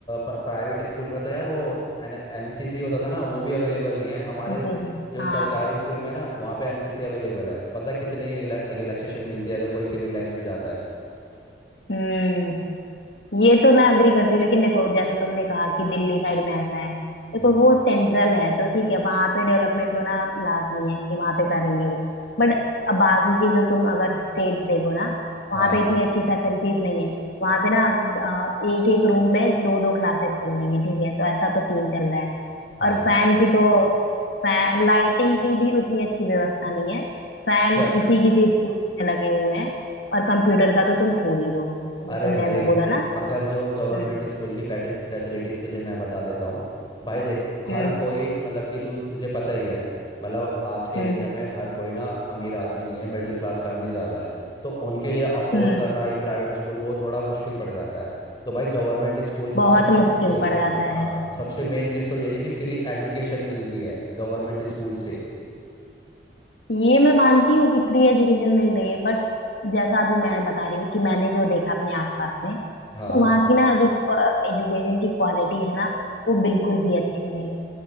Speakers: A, on the left; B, on the left.
A: प्राइवेट स्कूल में तो यार वो एन एनसीसी होता था ना वो भी अवेलेबल नहीं है हमारे
B: जी जी
A: जो
B: हाँ
A: सरकारी स्कूल में ना वहाँ पे एनसीसी अवेलेबल है पता कितनी रिलैक्सेशन मिलती है अगर कोई सिविल लाइंस में जाता है
B: हम्म ये तो मैं अग्री करती हूँ लेकिन देखो जैसा तुमने कहा कि दिल्ली साइड में ऐसा है देखो
A: हम्म
B: वो सेंट्रल है तो ठीक है वहां पे डेवलपमेंट होना लाजमी है कि वहां पे करेंगे वो बट अब बाकी के जो तुम अगर स्टेट देखो ना
A: हाँ
B: वहां पे इतनी अच्छी फैसिलिटीज नहीं है वहां पे ना एक एक रूम में दो दो क्लासेस चल रही है ठीक है तो ऐसा तो सीन चल रहा है
A: हाँ
B: और फैन की तो फैन लाइटिंग की भी उतनी अच्छी व्यवस्था नहीं है फैन
A: क्या
B: किसी किसी स्कूल में लगे हुए हैं और कंप्यूटर का तो तुम छोड़ ही दो जो
A: अरे
B: तुमने
A: भाई
B: अभी बोला ना
A: मगर जो गवर्नमेंट
B: हम्म
A: स्कूल की फैसिलिटीज तुझे मैं बता देता हूँ भाई देख हर
B: हम्म
A: कोई मतलब कि तू तुझे पता ही है मतलब आज के
B: हम्म
A: इंडिया में हर कोई ना अमीर आदमी नहीं है मिडिल क्लास फैमिली ज़्यादा है तो उनके लिए अफोर्ड
B: हम्म
A: करना एक प्राइवेट स्कूल वो थोड़ा मुश्किल पड़ जाता है तो भाई गवर्नमेंट स्कूल सबसे
B: बहुत
A: मेन
B: मुश्किल
A: चीज़ तो ये
B: पड़ जाता
A: हाँ
B: है
A: सबसे मेन चीज़ तो यही है कि फ्री एजुकेशन मिल रही है गवर्नमेंट स्कूल से
B: ये मैं मानती हूँ कि फ्री एजुकेशन मिल रही है बट जैसा अभी मैं बता रही हूँ कि मैंने जो देखा अपने आसपास में तो
A: हाँ
B: वहाँ की ना जो एजुकेशन की क्वालिटी है ना वो बिल्कुल भी अच्छी नहीं है